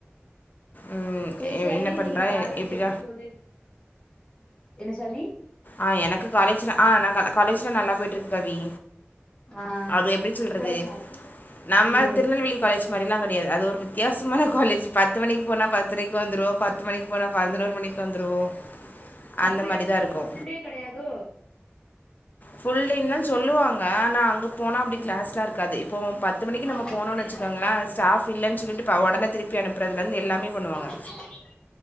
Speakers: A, on the left; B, on the left.
A: ம்
B: செரி
A: எ
B: சல்லி
A: என்ன பண்றா
B: நீங்க காலேஜ்
A: எப்டிடா
B: எப்டி போது என்ன சல்லி
A: ஆ எனக்கு காலேஜ் ஆ நா காலே காலேஜ்லா நல்லா போயிட்டு இருக்கு கவி
B: ஆ
A: அது எப்டி சொல்றது
B: சொல்லுங்க
A: நம்ம
B: ம்
A: திருநெல்வேலி காலேஜ் மாறிலா கெடையாது அது ஒரு வித்தியாசமான காலேஜ் பத்து மணிக்கு போனா பத்தரைக்கு வந்துருவோ பத்து மணிக்கு போனா பதினோரு மணிக்கு வந்துருவோ
B: அப்றோ
A: அந்த மாரி
B: எப்டி
A: தா
B: உங்களுக்கு
A: இருக்கு
B: ஃபுல் டே கெடையாதோ
A: ஃபுல் டேனு தா சொல்லுவாங்க ஆனா அங்க போனா அப்டி
B: ம்
A: க்ளாஸ்லா இருக்காது இப்போ பத்து மணிக்கு நம்ம
B: பத்து
A: போனோம்னு
B: மணிக்கு
A: வச்சுக்கோங்களே
B: நம்ம
A: ஸ்டாஃப் இல்லன்னு சொல்லிட்டு ப ஒடன திருப்பி அனுப்புறதுல இருந்து எல்லாமே பண்ணுவாங்க
B: <unintelligible>